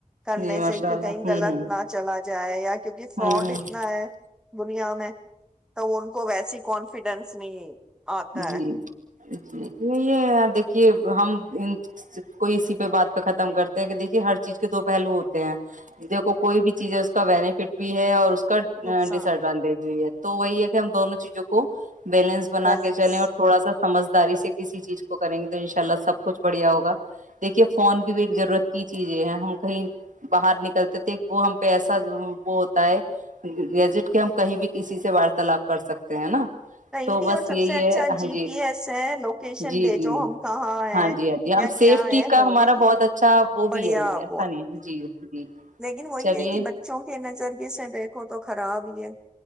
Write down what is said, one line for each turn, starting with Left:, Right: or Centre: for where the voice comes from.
Centre: کرنے
Right: جی ماشاء
Centre: سے کہ
Right: اللہ
Centre: کہیں
Right: ہوں
Centre: غلط
Right: ہوں
Centre: نہ چلا جائے یا کیونکہ فراڈ
Right: ہوں ہوں
Centre: اتنا ہے دنیا میں تو ان کو ویسی کانفیڈینس نہیں ہے آتا
Right: جی
Centre: ہے
Right: یہ یار دیکھیے ہم کوئی اسی پہ بات پہ ختم کرتے ہیں کہ دیکھیے ہر چیز کے دو پہلو ہوتے ہیں دیکھو کوئی بھی چیز ہے اس کا بینیفٹ بھی ہے اور
Centre: نقصان
Right: ڈس ایڈوانٹیج ہے تو وہی ہے کہ ہم دونوں چیزوں کو بیلنس بنا
Centre: بیلنس
Right: کے اور تھوڑا سا سجداری سے کسی چیز کو کریں گے تو ان شاء اللہ سب کچھ بڑھیا ہوگا دیکھیے فون بھی ایک ضرورت کی چیز یہ ہے ہم کہیں باہر نکلتے تھے وہ ہم پہ ایسا وہ ہوتا ہے گجٹ کے ہم کہیں بھی کسی سے وارتالپ کر سکتے ہیں نا
Centre: پئی
Right: تو
Centre: بھی
Right: بس
Centre: اور <unintelligible> سب
Right: یہی
Centre: سے
Right: ہے
Centre: اچھا
Right: ہاں
Centre: جی پی ایس ہے لوکیشن
Right: جی
Centre: بھیجو
Right: جی
Centre: ہم کہاں ہے
Right: ہاں جی ہاں جی ہم
Centre: یا
Right: سیفٹی
Centre: کیا ہے
Right: کا
Centre: ہونے
Right: ہمارا
Centre: کو
Right: بہت اچھا وہ
Centre: بڑھیا
Right: بھی ہے یہ ایسا
Centre: وہ
Right: نہیں جی جی
Centre: لیکن وہی
Right: چلیے
Centre: ہے کہ بچوں کے نظریے سے دیکھو تو خراب ہی ہے